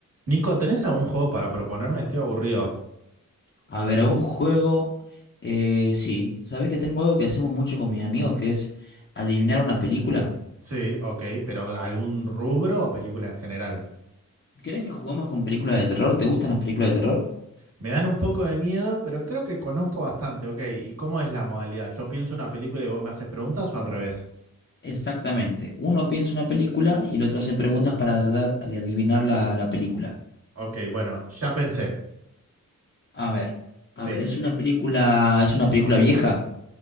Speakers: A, on the right; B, on the left.
A: Nico, ¿tenés algún juego para proponerme? Estoy aburrido.
B: A ver, algún juego. Eh, sí, ¿sabés que tengo algo que hacemos mucho con mis amigos que es adivinar una película?
A: Sí, ok, pero ¿algún rubro o película en general?
B: ¿Querés que juguemos con películas de terror? ¿Te gustan las películas de terror?
A: Me dan un poco de miedo, pero creo que conozco bastante, ok. ¿Y cómo es la modalidad? ¿Yo pienso una película y vos me haces preguntas o al revés?
B: Exactamente. Uno piensa una película y el otro hace preguntas para tratar de adivinar la, la película.
A: Ok, bueno, ya pensé.
B: A ver, a
A: Sí.
B: ver, ¿es una película, es una película vieja?